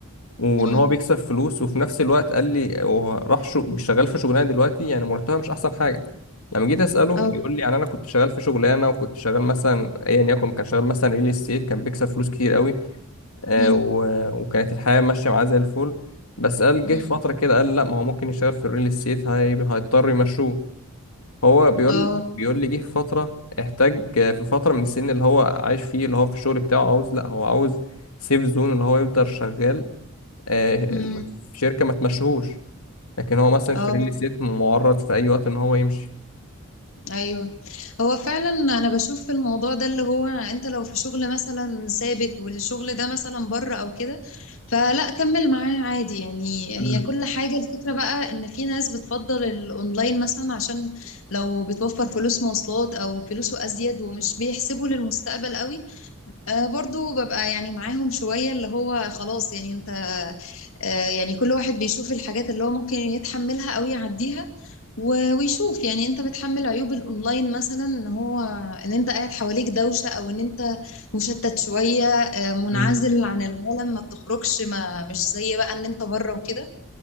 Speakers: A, on the left (about 85°); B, on the left (about 70°).
A: وإن
B: مم.
A: هو بيكسب فلوس وفي نفس الوقت قال لي هو راح شو شغال في شغلانة دلوقتي يعني مرتبها مش أحسن حاجة لما جيت أسأله
B: اه
A: بيقول لي يعني أنا كنت شغال في شغلانة وكنت شغال مثلا أيا يكن كان شغال مثلا ريل استيت كان بيكسب فلوس كتير قوي آه
B: مم.
A: و... وكانت الحياة ماشية معاه زي الفل بس قال
B: مم.
A: جه في فترة كده قال لا ما هو ممكن يشتغل في الريل استيت هي... هيضطر يمشوه هو بيقول
B: اه
A: بيقول لي جه في فترة احتاج في فترة من السن اللي هو عايش فيه اللي هو في الشغل بتاعه عاوز لا هو عاوز سيف زون اللي هو يفضل شغال آه،
B: مم.
A: ال- في شركة ما تمشيهوش لكن هو مثلا
B: اه
A: في ريل استيت معرض في أي وقت إن هو يمشي
B: ايوه هو فعلا انا بشوف في الموضوع ده اللي هو انت لو في شغل مثلا ثابت والشغل ده مثلا بره او كده فلا كمل معاه عادي يعني
A: مم.
B: هي كل حاجة الفكرة بقى ان في ناس بتفضل الاونلاين مثلا عشان لو بتوفر فلوس مواصلات او فلوسه ازيد ومش بيحسبوا للمستقبل قوي آه، برضو ببقى يعني معاهم شوية اللي هو خلاص يعني انت آه، يعني كل واحد بيشوف الحاجات اللي هو ممكن يتحملها او يعديها و- ويشوف يعني انت بتحمل عيوب الاونلاين مثلا ان هو ان انت قاعد حواليك دوشة او ان انت مشتت شوية آه، منعزل
A: مم.
B: عن العالم ما بتخرجش ما مش زي بقى ان انت بره وكده